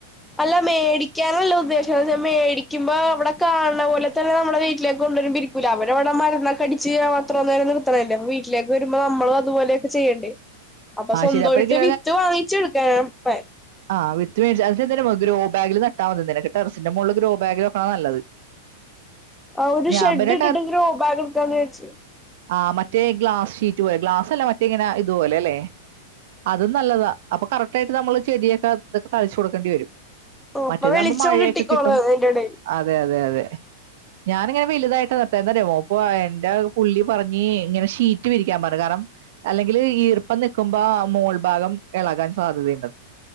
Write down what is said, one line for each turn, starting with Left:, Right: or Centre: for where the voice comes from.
Centre: അല്ല മേടിക്കാനല്ല ഉദ്ദേശം അവിടെ ചെന്ന് മേടിക്കുമ്പോ അവടെ കാണ് ണ പോലെ തന്നെ നമ്മളെ വീട്ടിലെ കൊണ്ടരുമ്പം ഇരിക്കൂല അവര് അവിടെ മരുന്നൊക്കെ അടിച്ച് അത്രോ നേരം നിർത്തണല്ലേ, അപ്പ വീട്ടിലേക്ക് വരുമ്പോ നമ്മളു അതുപോലെ ചെയ്യണ്ടേ അപ്പൊ
Right: ആ
Centre: സ്വന്ത
Right: ശരി
Centre: ആയിട്ട്
Right: എനിക്ക്
Centre: വിത്ത് വാങ്ങിച്ച് എടുക്കാൻ പെ
Right: ആഹ് വിത്ത് മേടിച്ച് അനക്ക് <unintelligible> ഗ്രോ ബാഗില് നട്ടാൽ മതി നിനക്ക് ടെറസിൻ്റെ മോളില് ഗ്രോ ബാഗില് വക്ക്ണാ നല്ലത്. <inaudible>
Centre: ആ ഒരു
Right: ഞാൻ
Centre: ഷെഡ്
Right: പിന്നെ
Centre: ഇട്ട്ട്ട് ഗ്രോബാഗ് എടുക്കാന്ന് വച്ച്.
Right: ആഹ്, മറ്റേ ഗ്ലാസ് ഷീറ്റ് പോലെ ഗ്ലാസ് അല്ല മറ്റേ ഇങ്ങനെ ഇതുപോലെ അല്ലെ അതും നല്ലതാ അപ്പൊ കറക്റ്റ് ആയിട്ട് നമ്മള് ചെടിയൊക്കെ അതൊക്കെ തളിച്ചു കൊടുക്കേണ്ടി വരും. മറ്റേതാവുമ്പോ
Centre: അപ്പൊ വെളിച്ചം
Right: മഴയൊക്കെ
Centre: കിട്ടിക്കോളും
Right: കിട്ടും.
Centre: അതിന്റെ ഇടയിൽ
Right: അതെ അതെ അതെ ഞാനിങ്ങനെ വലുതായിട്ട് നട്ടെ എന്താന്നറിയോ <unintelligible> എന്റെ അഹ് പുള്ളി പറഞ്ഞ് ഇങ്ങനെ ഷീറ്റ് വിരിക്കാൻ പറഞ്ഞു കാരണം അല്ലെങ്കിലും ഈർപ്പം നിൽക്കുമ്പോൾ മോൾ ഭാഗം ഇളകാൻ സാധ്യതയുണ്ട്.